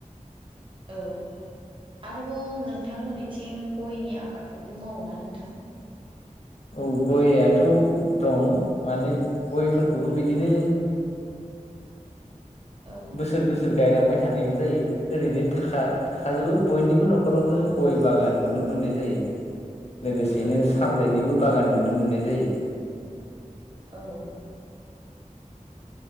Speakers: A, on the right; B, on the left.
A: औ आरोबाव नोंथांमोननिथिं गयनि आबादफोरखौ मावो ना नोंथां?
B: औ गयआथ' दं माने गयफोरखौबो बिदिनो
A: औ
B: बोसोर बोसोर गायलांबाय थानायबो जायो ओरैनो थाखा थाखाजोबो
A: औ
B: बयनिबो न'खरावनो गय बागान नुनो मोननाय जायो। लोगोसेनो
A: औ
B: साफ्लइनिबो बागान नुनो मोननाय जायो।
A: औ